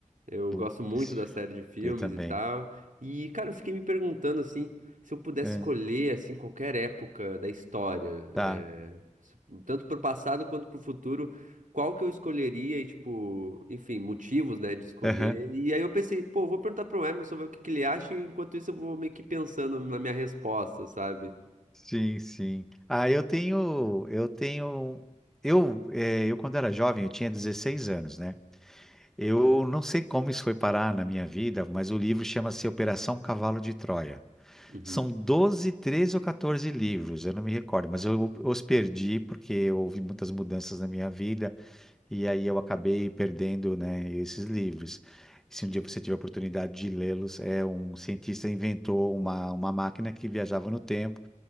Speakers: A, on the right; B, in the centre.
A: Eu
B: putz,
A: gosto muito
B: esse-
A: da série de filmes
B: eu também.
A: e tal. E, cara, eu fiquei me perguntando, assim, se eu pudesse
B: É,
A: escolher, assim, qualquer época da história,
B: tá.
A: é, se- tanto pro passado quanto pro futuro, qual que eu escolheria e, tipo, enfim, motivos, né, de escolher.
B: Aham.
A: E aí eu pensei, pô, vou perguntar pro Emerson, ver o que que ele acha, e enquanto isso eu vou meio que pensando na minha resposta, sabe?
B: Sim, sim. Ah, eu tenho, eu tenho, eu, eh, eu quando era jovem, eu tinha 16 anos, né? Eu não sei como isso foi parar na minha vida, mas o livro chama-se Operação Cavalo de Troia.
A: Uhum.
B: São 12, 13 ou 14 livros, eu não me recordo, mas eu os perdi porque houve muitas mudanças na minha vida e aí eu acabei perdendo, né, esses livros. Se um dia você tiver a oportunidade de lê-los, é um cientista inventou uma, uma máquina que viajava no tempo